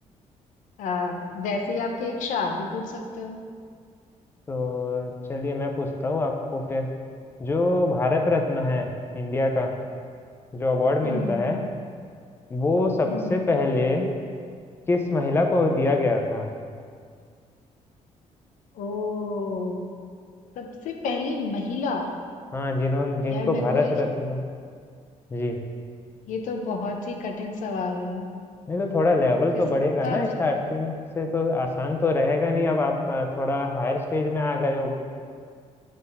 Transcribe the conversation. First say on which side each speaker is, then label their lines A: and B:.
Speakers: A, on the left; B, on the left.
A: आ, वैसे ही आपकी इच्छा आप भी पूछ सकते हो
B: तो चलिए मैं पूछता हूँ आपको फिर जो भारत रत्न है इंडिया का जो अवार्ड मिलता
A: हम्म
B: है वो सबसे
A: हम्म
B: पहले किस महिला को दिया गया था
A: ओ सबसे पहली महिला
B: हाँ जिन्हों जिनको
A: यार मेरे
B: भारत
A: को
B: रत्न जी
A: ये तो बहुत ही कठिन सवाल है।
B: नहीं तो थोड़ा लेवल तो
A: इसका
B: बढ़ेगा ना स्टार्टिंग से तो आसान तो रहेगा नहीं अब आप अ, थोड़ा हायर स्टेज में आ गए हो